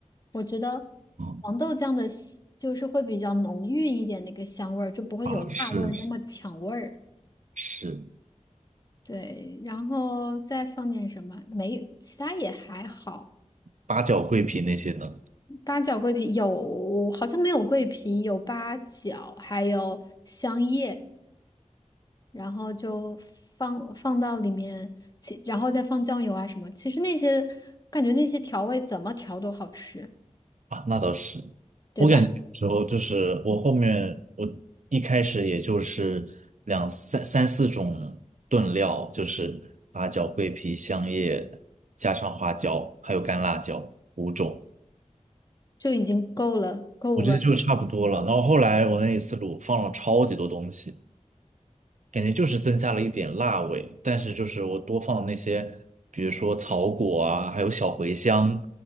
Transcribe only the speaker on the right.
嗯
啊，是是，
八角、桂皮那些呢？
啊，那倒是，
我感觉有时候就是我后面我一开始也就是两三三四种炖料，就是八角、桂皮、香叶，加上花椒，还有干辣椒五种，
我觉得就差不多了。然后后来我那一次卤放了超级多东西，感觉就是增加了一点辣味，但是就是我多放了那些，比如说草果啊，还有小茴香，